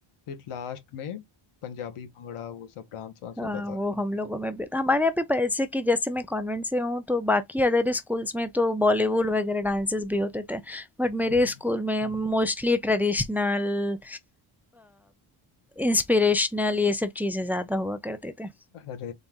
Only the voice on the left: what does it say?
फिर लास्ट में पंजाबी भंगड़ा वो सब डांस वांस
होता था
हम्म,
अरे